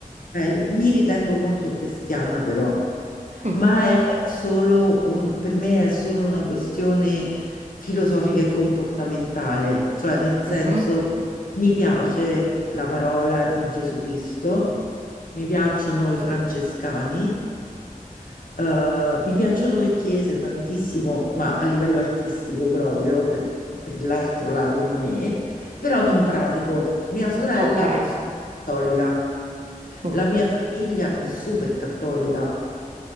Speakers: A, on the left; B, on the right.
A: ok? Mi ritengo molto cristiana però.
B: Mm,
A: ma è solo un, per me è solo una questione filosofica e comportamentale, cioè nel senso
B: mhm,
A: mi piace la parola di Gesù Cristo, mi piacciono i francescani, eh, mi piacciono le chiese tantissimo, ma a livello artistico proprio, per, per l'altro lato di me, però non pratico. Mia sorella
B: Ok.
A: è super cattolica,
B: mm,
A: la mia famiglia è super cattolica